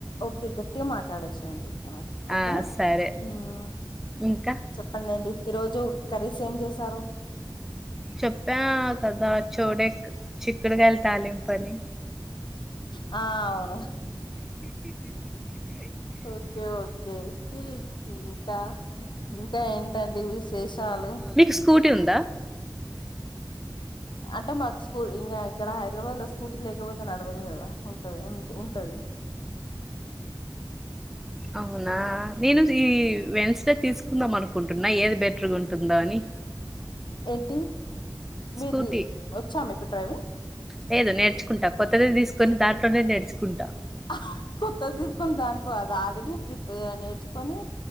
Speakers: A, on the left; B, in the centre.
A: ఓకే గట్టిగా మాట్లాడేసేయండి మరి ఓకేనా
B: ఆ సరే
A: ఊమ్
B: ఇంకా
A: చెప్పండండి ఈ రోజు కర్రీస్ ఏం జేశారు
B: చెప్యా కదా చౌడెక్ చిక్కుడుగాయల్ తాలింపని
A: ఆ అవును ఓకే ఓకే ఇంకా ఇంకా ఏంటండి విశేషాలు
B: మీకు స్కూటీ ఉందా
A: అంటే మాకు స్కూ ఇంకా ఇక్కడ హైదరాబాద్ లో స్కూటీ లేకపోతే నడవదు కదా ఉంట ఉం ఉంటది
B: అవునా నేను ఈ వెన్స్ డే తీసుకుందాం అనుకుంటున్నా ఏది బెటర్గా ఉంటుందా అని
A: ఏంటి మీది
B: స్కూటీ
A: వచ్చా మీకు డ్రైవింగ్
B: లేదు నేర్చుకుంటా కొత్తదె తీసుకొని దాంట్లోనే నేర్చుకుంటా
A: అహ్ కొత్తది తీసుకుని దాంట్లో అది ఆల్రెడీ ప్రిప నేర్చుకొని